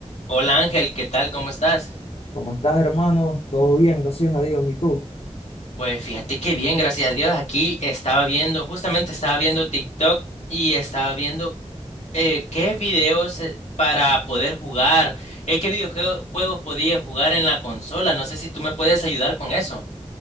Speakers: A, on the left; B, on the left.
A: Hola Ángel, ¿qué tal? ¿Cómo estás?
B: ¿Cómo estás, hermano? Todo bien, gracias a Dios. ¿Y tú?
A: Pues fíjate que bien, gracias a Dios. Aquí estaba viendo, justamente estaba viendo TikTok y estaba viendo eh, qué videos eh, para poder jugar, eh, qué videojuegos podía jugar en la consola. No sé si tú me puedes ayudar con eso.